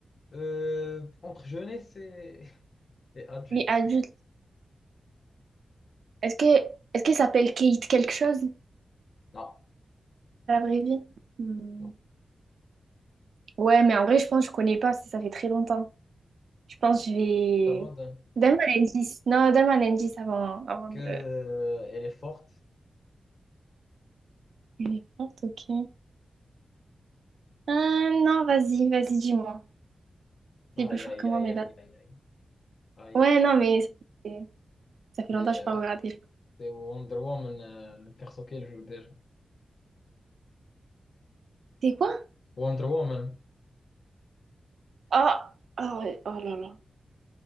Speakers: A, on the left; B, on the right.
A: Euh, entre jeunesse et, <laughs> et adulte.
B: Oui, adulte. Est-ce que est-ce qu'elle s'appelle Kate quelque chose
A: Non,
B: dans la vraie vie? Hum,
A: non.
B: Ouais, mais en vrai, je pense que je connais pas, parce que ça fait très longtemps. Je pense que je vais.
A: T'abandonnes.
B: Donne-moi un indice. Non, donne-moi un indice avant, avant
A: Que,
B: de.
A: euh, elle est forte.
B: Elle est forte, ok. Ah, non, vas-y, vas-y, dis-moi.
A: Aïe,
B: C'est plus fort
A: aïe,
B: que moi,
A: aïe,
B: mais
A: aïe,
B: là.
A: aïe, aïe. Aïe,
B: Ouais, non, mais ça fait, ça fait
A: aïe.
B: longtemps que je n'ai pas regardé.
A: C'est Wonder Woman, euh, le perso qu'elle joue déjà.
B: C'est quoi?
A: Wonder Woman.
B: Oh, oh, oh là là.